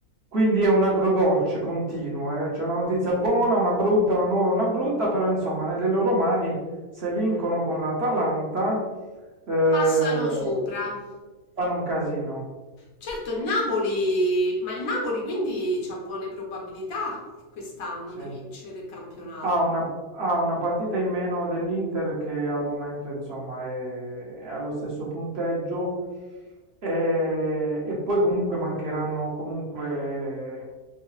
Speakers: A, on the right; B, on the left.
A: Quindi è un agrodolce continuo, eh. C'è una notizia buona, una brutta, una nuova, una brutta,
B: mm.
A: però insomma nelle loro mani se vincono con l'Atalanta eh,
B: passano sopra.
A: fanno un casino.
B: Certo, il Napoli, ma il Napoli quindi c'ha buone probabilità quest'anno
A: Sì.
B: di vincere il campionato.
A: Ha una, ha una partita in meno dell'Inter che al momento insomma è, è allo stesso punteggio e, e poi comunque mancheranno comunque